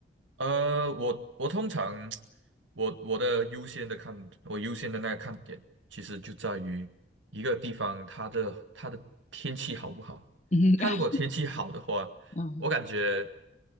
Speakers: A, on the right (about 80°); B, on the left (about 35°).
A: 呃，我我通常我我的优先的看，我优先的那个看点，其实就在于一个地方它的它的天气好不好。
B: <laughs> 嗯
A: 它如果天气好的话，
B: 啊
A: 我感觉